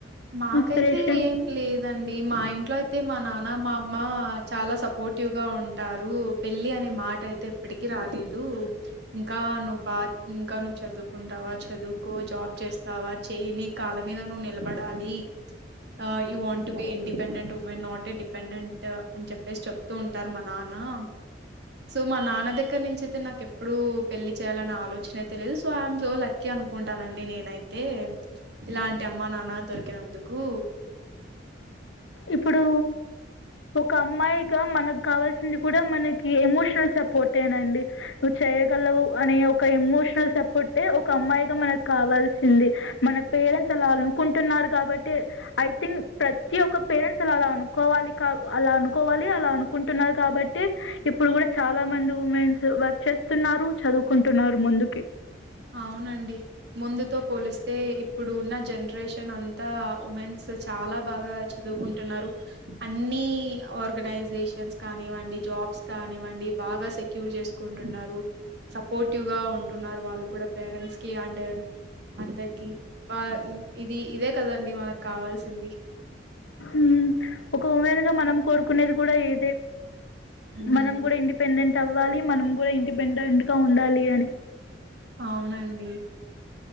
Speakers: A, on the right; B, on the left.
A: మాకైతే
B: ఇన్స్పిరేషన్
A: ఏం లేదండి మా ఇంట్లో అయితే మా నాన్న మా అమ్మ చాలా సపోర్ట్ క్టివ్ గా ఉంటారు పెళ్లి అనే మాట అయితే ఎప్పటికి రాలేదు ఇంకా నువ్ బా ఇంకా ను చదుకుంటావా చదుకో జాబ్ చేస్తావా చేయ్ నీ కాల మీద నువ్వు నిలబడ్ డాలి ఆ you want to be independent women not a dependent అన్ చెప్పేసి చెప్తూ ఉంటార్ మా నాన్న ఆమ్ సో మా నాన్న దగ్గర నుంచి అయితే నాకు ఎప్పుడు పెళ్లి చేయాలన్న ఆలోచన అయితే లేదు సో యమ్ సో లక్యా అనుకుంటానండి నేనైతే ఇలాంటి అమ్మా నాన్న దొర్ కినందుకు
B: ఇప్పుడు ఒక అమ్మాయిగా మన గు కావాల్సింది కూడా మనకి ఎమోషనల్ సపోటేనాండి ను చేయగలవు అనే ఒక ఎమో షల్ సపోటే ఒక అమ్మాయిగా మనకు కావాల్సింది మన పేరెంట్స్ అలా అనుకుంటున్నారు కాబట్ ట్ ఐ థింక్ ప్రతి ఒకక్ పేరెంట్స్ అలా అలా అనుకోవాలి కా అలా అనుకోవాలి అలా అనుకుంటున్నారు కాబట్టి ఇప్పుడు కూడా చాలా మందు ఉమెన్స్ వర్క్ చేస్తున్నారు చదుకుంటున్నారు ముందుకి
A: అవునండి ముందుతో పోలిస్తే ఇప్పుడు ఉన్న జనరేషన్ అంతా ఉమెన్స్ సే స్ చాలా బాగా చదుకుంటున్నారు అన్ని ఆర్గనైజేషన్స్ కానివ్వండి జాబ్స్ కానివ్వండి బాగా సెక్యూర్ చేసుకుంటున్నారు సపోర్టివ్ గా ఉంటున్నారు వాళ్ళు కూడా పేరెంట్స్ కి యండు అందరికి బ ఇది ఇదే కదండి మనక్ కావాల్సింది
B: ఉమ్ ఒక ఉమెన్ గా మనం కోరుకునేది కూడా ఇదే
A: హ్మ్.
B: మనం కూడా ఇండిపెండెంట్ అవ్వాలి మనం కూడా ఇండిపెండెంట్ గా ఉండాలి అని
A: అవునండి